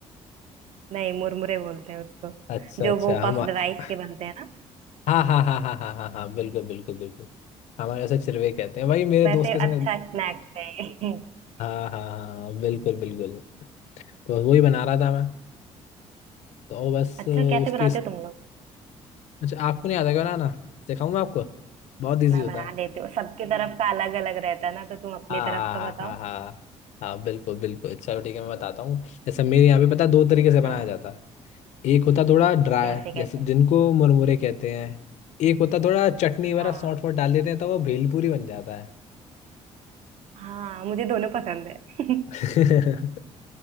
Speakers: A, on the right; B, on the left.
A: नहीं मुरमुरे बोलते हैं उसको
B: अच्छा
A: जो
B: अच्छा
A: वो
B: हम
A: पफ्ड
B: हाँ
A: राइस के बनते हैं ना
B: हाँ हाँ हाँ हाँ हाँ हाँ बिल्कुल बिल्कुल बिल्कुल हमारे यहाँ से चिरवे कहते हैं भाई मेरे
A: वैसे
B: दोस्त के संग
A: अच्छा स्नैक्स है <laughs>
B: हाँ हाँ हाँ बिल्कुल बिल्कुल तो बस वही बना रहा था मैं तो वो बस
A: अच्छा
B: अ,
A: कैसे
B: उसकी
A: बनाते हो तुम लोग
B: अच्छा आपको नहीं आता क्या बनाना सिखाऊं मैं आपको बहुत इजी
A: मैं
B: होता
A: बना
B: है
A: देती हूँ सबके तरफ का अलग अलग रहता है ना तो तुम अपनी
B: हाँ
A: तरफ
B: हाँ
A: का बताओ
B: हाँ हाँ हाँ हाँ बिल्कुल बिल्कुल चलो ठीक है मैं बताता हूँ जैसे मेरे यहाँ पे पता है दो तरीके से बनाया
A: हाँ
B: जाता है एक होता थोड़ा ड्राई
A: कैसे
B: जैसे
A: कैसे
B: जिनको मुरमुरे कहते हैं एक होता थोड़ा चटनी वगैरह
A: हाँ
B: सौंठ फोट डाल देते हैं तो वो भेलपूरी बन जाता है
A: हाँ मुझे दोनों पसंद है
B: <laughs>